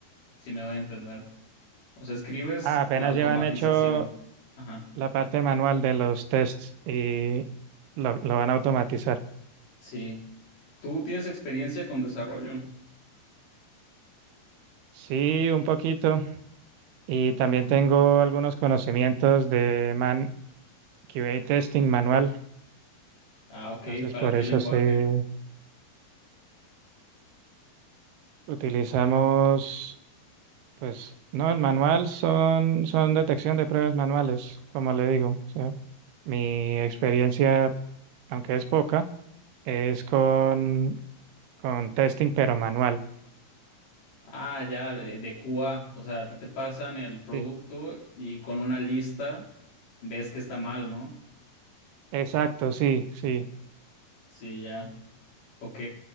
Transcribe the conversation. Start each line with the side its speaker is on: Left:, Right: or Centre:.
Left: si me doy a entender. O sea, escribes
Right: Ah, apenas
Left: la automatización.
Right: llevan hecho
Left: Ajá.
Right: la parte manual de los tests y lo, lo van a automatizar.
Left: Sí. ¿Tú tienes experiencia con desarrollo?
Right: Sí, un poquito. Y también tengo algunos conocimientos de man QA testing manual.
Left: Ah, ok.
Right: Entonces,
Left: ¿Para
Right: por
Left: qué
Right: eso
Left: lenguaje?
Right: se utilizamos, pues, no, el manual son, son detección de pruebas manuales, como le digo. O sea, mi experiencia, aunque es poca, es con, con testing, pero manual.
Left: Ah, ya, de, de QA. O sea, a ti te pasan el producto
Right: Sí.
Left: y con una lista ves que está mal, ¿no?
Right: Exacto, sí, sí.
Left: Sí, ya. Ok.